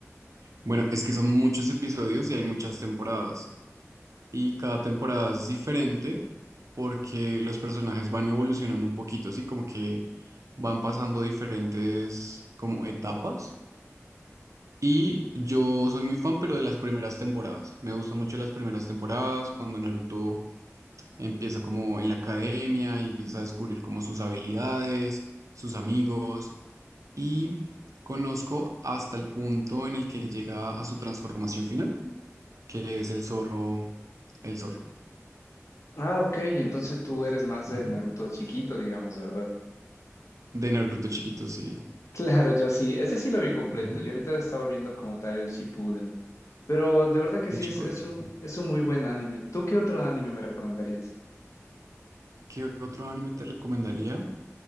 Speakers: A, on the right; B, on the left.
A: bueno, es que son muchos episodios y hay muchas temporadas. Y cada temporada es diferente porque los personajes van evolucionando un poquito, así como que van pasando diferentes como etapas. Y yo soy muy fan, pero de las primeras temporadas. Me gustan mucho las primeras temporadas, cuando Naruto Empieza como en la academia y empieza a descubrir como sus habilidades, sus amigos y conozco hasta el punto en el que llega a su transformación final, que es el zorro, el zorro.
B: Ah, ok, entonces tú eres más de
A: ujú,
B: Naruto chiquito, digamos, ¿verdad? <laughs>
A: De Naruto chiquito, sí.
B: Claro, yo sí, ese sí lo vi completo.
A: ujú,
B: Yo ahorita estaba viendo como tal el Shippuden. Pero de verdad que
A: El
B: sí,
A: Shippuden.
B: es, es un, es un muy buen anime. ¿Tú qué otro anime me recomendarías?
A: ¿Qué otro anime te recomendaría?